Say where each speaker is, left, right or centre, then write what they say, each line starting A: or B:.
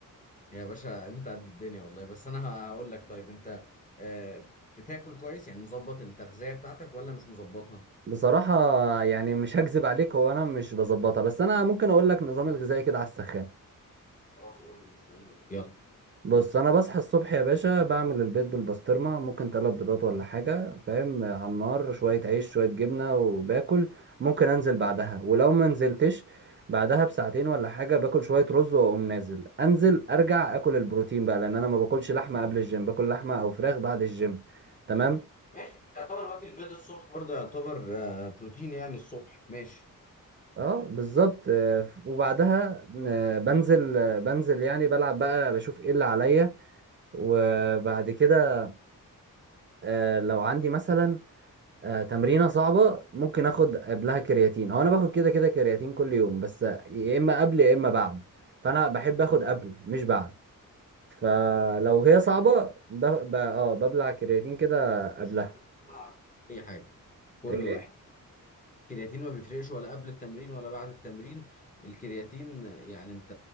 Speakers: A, on the left; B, on the right.
A: يا باشا انت قد الدنيا والله بس انا ه- هقول لك طيب انت آه، بتاكل كويس يعني مظبط التغذية بتاعتك ولا مش مظبطها
B: بصراحة يعني مش هكذب عليك هو انا مش بظبطها بس انا ممكن اقول لك نظامي الغذائي كده على السخان
A: خلاص قول لي مستنيك يلا
B: بص انا بصحى الصبح يا باشا بعمل البيض بالبسطرمه ممكن تلات بيضات ولا حاجه فاهم على النار شويه عيش شويه جبنه وباكل ممكن انزل بعدها ولو ما نزلتش بعدها بساعتين ولا حاجه باكل شويه رز واقوم نازل انزل ارجع اكل البروتين بقى لان انا ما باكلش لحمه قبل الجيم باكل لحمه او فراخ بعد الجيم تمام
A: ماشي يعتبر واكل بيض الصبح برضه يعتبر آه، بروتين يعني الصبح ماشي
B: اه بالظبط آه، وبعدها آه، بنزل آه، بنزل يعني بلعب بقى بشوف ايه اللي عليا وبعد كده آه، لو عندي مثلا آه، تمرينة صعبة ممكن اخد قبلها كرياتين هو انا باخد كده كده كرياتين كل يوم بس يا اما قبل يا اما بعد فانا بحب اخد قبل مش بعد فلو هي صعبة
A: آه،
B: ب... ب... اه ببلع كرياتين كده
A: مش
B: قبلها
A: قبل ولا بعد اي حاجة كل
B: ايه
A: واحد الكرياتين ما بيفرقش ولا قبل التمرين ولا بعد التمرين الكرياتين يعني انت